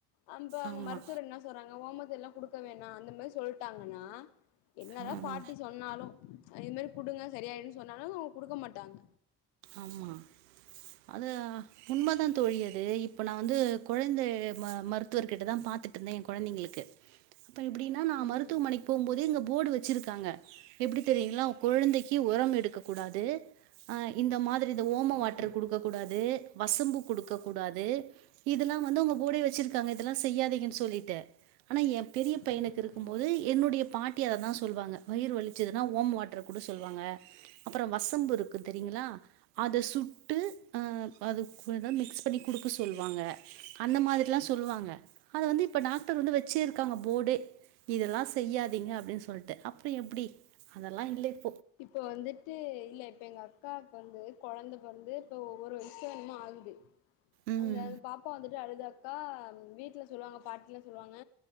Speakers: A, on the left; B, on the right.
A: அன்பா அங்க
B: ஆமா
A: மருத்துவர் என்ன சொறாங்க ஓமத்தெல்லா குடுக்க வேணா அந்த மாரி சொல்ட்டாங்கனா என்னதா
B: ஆ
A: பாட்டி
B: ஆ,
A: சொன்னாலோ அ இது மாரி குடுங்க செரி ஆயிடோன்னு சொன்னாலோ குடுக்க மாட்டாங்க
B: ஆமா அது அ உண்மதா தோழி அது இப்ப நா வந்து கொழந்த ம மருத்துவர்கிட்டதா பாத்துட்டிந்தே எ கொழந்தைகளுக்கு அப்ப எப்டினா நா
A: ம்
B: மருத்துவமனைக்கு போம் போது இங்க போர்டு வச்சிருக்காங்க எப்டி தெரியுங்ளா உ குழந்தைக்கு ஒரம் எடுக்க கூடாது ஆ இந்த மாதிரி இத ஓம
A: ம்
B: வாட்டர் குடுக்க கூடாது வசம்பு குடுக்க கூடாது இதல்லா வந்து அவுங்க போடே வச் தங்க இதெல்லா செய்யாதீங்கனு சொல்லிட்டே ஆனா எ பெரிய பயனுக்கு
A: ம்
B: இருக்கும்
A: ம்
B: போது என்னுடைய பாட் த்தி அத தா சொல்வாங்க வயிறு வலிச்சதுனா ஓம வாட் ட்ரு கூட சொல்வாங்க அப்றோ வசம்பு இருக்குது திங்களா அத சுட்டு அ அதுக் <unintelligible> மிக் க்ஸ் பண்ணி குடுக்க சொல்வாங்க அந்த மாதிர் ல்லா சொல்வாங்க அத வந்து இப் ப்ப டாக்டர் வந்து வெச்சே இருக்காங்க போடே இதெல்லா செய்யாதீங்க அப்டின் சொல்ட்டு அப்றோ எப்டி அதல்லா இல்ல இப்
A: இப்போ வந்துட்டு இல்ல இப்ப எங்க அக் க்காக்கு வந்து கொழந்த பொறந்து இப்ப ஒவ்வொரு வய்சா என்மோ ஆகுது
B: ம்
A: அந்த வ் பாப்பா வந்துட்டு அழுதா கா ம் வீட்ல சொல்வாங்க பாட்டிலா சொல்வாங்க